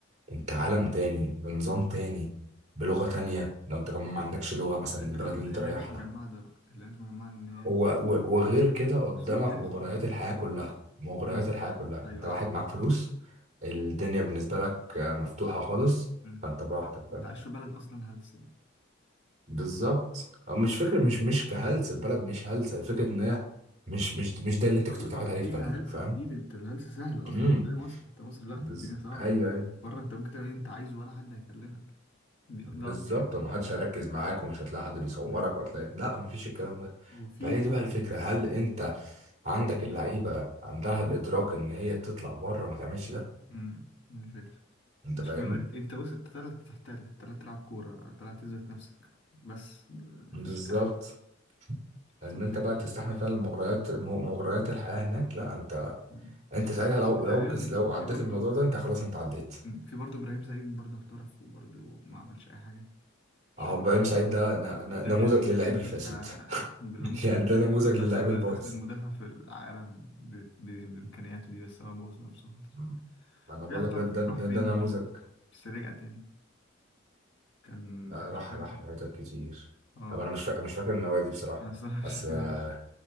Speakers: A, on the right; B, on the left.
A: انت عالم تاني بنظام
B: أمم.
A: تاني بلغة تانية لو انت كمان ما عندكش لغة مثلا
B: الفكرة
A: البلد
B: إن
A: اللي
B: اللعيبة
A: انت رايحها
B: مش مجمعة ده بقى اللعيبة مش مجمعة إن هي
A: و-
B: تبقى
A: و- وغير
B: تاني
A: كده قدامك
B: أسلوب تاني
A: مغريات
B: خالص
A: الحياة كلها مغريات
B: أمم.
A: الحياة كلها
B: أيوه
A: انت واحد
B: أيوه
A: معاك فلوس الدنيا بالنسبة لك آه، مفتوحة خالص
B: أمم.
A: فانت براحتك فاهم
B: انت عايش في بلد اصلا هلس يعني
A: بالظبط أو مش فكرة مش مش كهلس البلد مش هلسة الفكرة ان هي مش مش مش ده اللي انت كنت
B: ايوه
A: متعود عليه
B: فيها
A: في بلدك
B: هلس
A: فاهم
B: كتير انت الهلس سهل قصدي
A: امم
B: مش زي مصر انت مصر لا
A: بز...
B: الدنيا صعبه
A: ايوه ايوه
B: بره انت ممكن تعمل اللي انت عايزه ولا حد هيكلمك دي-
A: بالظبط
B: ده قصدي يعني
A: ومحدش هيركز معاك ومش هتلاقي حد بيصورك
B: امم
A: وهتلاقي لا مفيش الكلام ده
B: وفي
A: فهي
B: برضو
A: دي بقى الفكرة هل انت عندك
B: ايه
A: اللعيبة
B: قول
A: عندها الإدراك إن هي تطلع بره ما تعملش ده
B: امم دي فكرة
A: انت
B: مش
A: فاهمني
B: ملاك انت بس انت طلعت تحترف طلعت تلعب كورة طلعت تثبت نفسك بس آه،
A: بالظبط
B: مفيش اي حاجة فالفكرة
A: ان انت بقى
B: في
A: تستحمل فعلا مغريات م- مغريات الحياة هناك لا انت
B: مم.
A: انت ساعتها
B: و-
A: لو
B: وتقريبا
A: لو كس- لو عديت
B: في برضه
A: الموضوع ده انت خلاص انت عديت
B: مم. في برضه ابراهيم سعيد برضه احترف وبرضه ما عملش اي حاجة مش
A: اهو
B: فاكر
A: ابراهيم سعيد ده ن- ن-
B: ده
A: نموذج
B: كان ممكن
A: للعيب
B: يبقى
A: الفاسد
B: اقسم بالله
A: <laughs>
B: ممكن
A: يعني ده
B: كان
A: نموذج
B: ياخد
A: للعيب
B: احسن
A: البايظ
B: احسن مدافع في العالم ب... ب... بامكانياته دي بس هو بوظ نفسه خالص
A: مم. انا
B: طلع
A: بقول
B: احترف
A: لك ده ده ده,
B: راح فين
A: ده نموذج
B: بره بس رجع تاني كان
A: آه،
B: مش
A: راح
B: فاكر
A: راح مناطق كتير
B: اه
A: طب انا مش فا... مش فاكر النوادي بصراحه
B: انا الصراحه مش
A: بس
B: فاكر
A: آه،
B: مين.